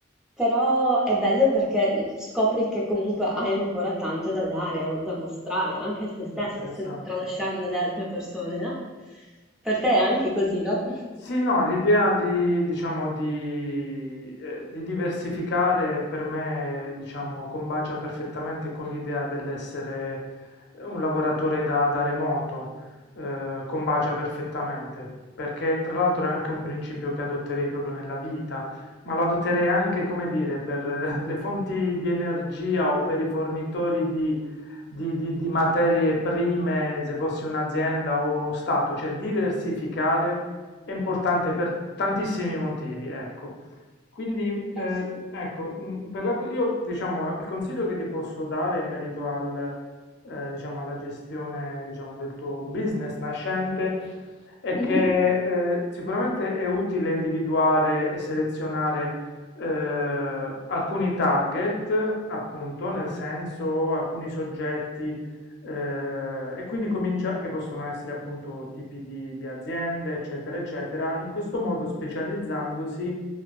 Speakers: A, in the centre; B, on the left (about 60°).
A: Però è bello perché scopri che comunque hai ancora tanto da dare o da mostrare, anche a se stesso,
B: interessante.
A: se- tralasciando le altre persone, no? Per te è anche così, no?
B: Sì, no, l'idea di, diciamo, di, eh, di diversificare per me, diciamo, combacia perfettamente con l'idea dell'essere eh, un lavoratore da, da remoto, eh, combacia perfettamente, perché tra l'altro è anche un principio che adotterei proprio nella vita, ma lo adotterei anche, come dire, per eh, le fonti di energia o per i fornitori di, di, di di materie prime, se fossi un'azienda o uno stato, cioè diversificare è importante per tantissimi motivi, ecco. Quindi, eh,
A: Eh sì.
B: ecco, mh, per la, io diciamo la- il consiglio che ti posso dare in merito al, eh, diciamo, alla gestione, diciamo, del tuo business nascente è
A: Mhm.
B: che eh, sicuramente è utile individuare e selezionare eh, alcuni target, appunto, nel senso alcuni soggetti eh, e quindi comincia, che possono essere appunto tipi di, di aziende, eccetera, eccetera, in questo modo specializzandosi